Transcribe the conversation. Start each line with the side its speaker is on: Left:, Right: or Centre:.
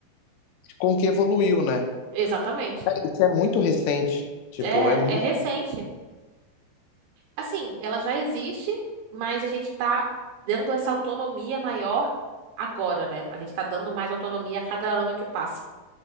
Left: com que evoluiu, né?
Right: Exatamente.
Left: Cara, isso é muito recente. Tipo,
Right: É,
Left: é muito.
Right: é recente. Assim, ela já existe, mas a gente tá dando essa autonomia maior agora, né? A gente tá dando mais autonomia a cada ano que passa.